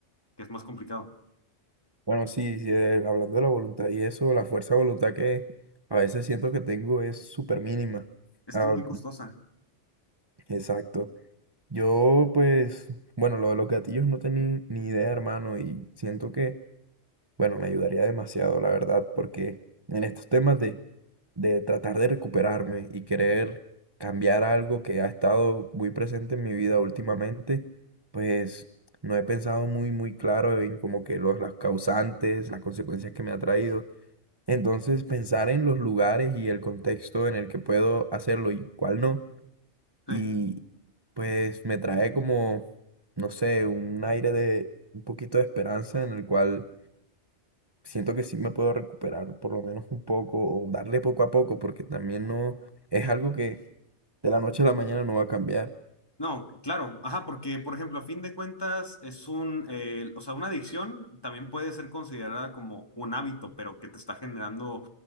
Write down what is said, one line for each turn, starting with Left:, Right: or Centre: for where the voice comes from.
Left: que es más complicado.
Right: Bueno, sí, sí, eh, hablando de la voluntad y eso, la fuerza de voluntad que a veces siento que tengo es súper mínima.
Left: Es
Right: Ah,
Left: que es muy costosa.
Right: exacto. Yo, pues, bueno, lo de los gatillos no tenía ni idea, hermano, y siento que Bueno, me ayudaría demasiado, la verdad, porque en estos temas de, de tratar de recuperarme y querer cambiar algo que ha estado muy presente en mi vida últimamente, pues no he pensado muy, muy claro en como que los, las causantes, las consecuencias que me ha traído. Entonces, pensar en los lugares y el contexto en el que puedo hacerlo y cuál no,
Left: Sí.
Right: y pues me trae como, no sé, un aire de un poquito de esperanza en el cual siento que sí me puedo recuperar por lo menos un poco o darle poco a poco porque también no es algo que de la noche a la mañana no va a cambiar.
Left: No, claro, ajá, porque por ejemplo, a fin de cuentas es un, eh, o sea, una adicción también puede ser considerada como un hábito, pero que te está generando